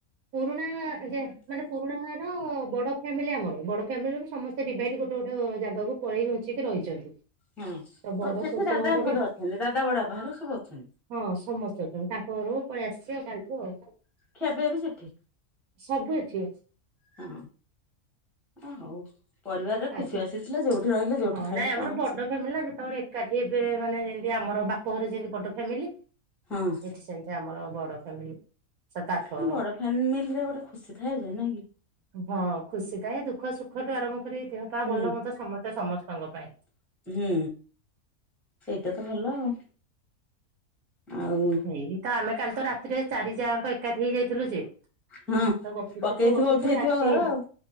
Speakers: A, on the right (about 80°); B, in the centre.
A: ପୁରୁଣା ଯେ ମାନେ ପୁରୁଣା ଘର ବଡ ଫ୍ୟାମିଲି ଆମର, ବଡ ଫ୍ୟାମିଲିରୁ ସମସ୍ତେ ଡିଭାଇଡ଼୍ ଗୋଟେ ଗୋଟେ ଯାଗାକୁ ପଳେଇ ଘୁଞ୍ଚିକି ରହିଛନ୍ତି।
B: ହଁ
A: ବଡ
B: ତ ସେଠି
A: ଶ୍ୱଶୁର
B: ଦାଦା
A: ଘର
B: ଘରେ
A: ବି
B: ଅଛନ୍ତି, ଦାଦା ବଡବାପା ଘର ସବୁ ଅଛନ୍ତି।
A: ହଁ ସମସ୍ତେ ଅଛନ୍ତି, ତାଙ୍କ ଘରକୁ ପଳେଇ ଆସିଛି ଆଉ କାଲିଠୁ ଆଉ।
B: ଖିଆ ପିଆ ବି ସେଠି
A: ସବୁ ଏଠି
B: ହଁ, ହଁ ହଉ। ପରିବାରରେ
A: ଆଜି
B: ଖୁସିବାସି ଥିଲେ ଯଉଠି ରହିଲେ ଯଉଠି
A: ହଁ
B: ଖାଇଲେ
A: ନାଇଁ ଆମର
B: କଣ
A: ବଡ
B: ଅଛି।
A: ଫ୍ୟାମିଲି ନା ଯେତେବେଳେ ଏକାଠି ହେବେ ମାନେ ଯେମିତି ଆମର ବାପ ଘରେ ଯେମିତି ବଡ ଫ୍ୟାମିଲି।
B: ହଁ
A: ଏଠି ସେମିତି ଆମର ବଡ ଫ୍ୟାମିଲି। ସାତ ଆଠ ଘର।
B: ଆ ବଡ ଫ୍ୟାମିଲିରେ ଗୋଟେ ଖୁସି ଥାଏ ଯେ ନାଇଁ କି?
A: ହଁ ଖୁସି ଥାଏ ଦୁଃଖ ସୁଖଠୁ ଆରମ୍ଭ କରିକି ଦେହ ପାହା
B: ହୁଁ
A: ଭଲ ମନ୍ଦ ସମସ୍ତେ ସମସ୍ତଙ୍କ ପାଇଁ।
B: ହୁଁ, ସେଇଟା ତ ଭଲ ଆଉ। ଆଉ
A: ହେଇ ତ ଆମେ କାଲି ତ ରାତିରେ ଚାରି ଯାଆ ଆଙ୍କ ଏକାଠି ହେଇ ଯାଇଥିଲୁ ଯେ।
B: ହଁ
A: ଆମେ ତ ଗପିଚୁ
B: ପକେଇଥିବ
A: ତ ଗପୁଚୁ
B: ଉଠେଇଥିବ
A: ରାତିି
B: ଘର ଆଉ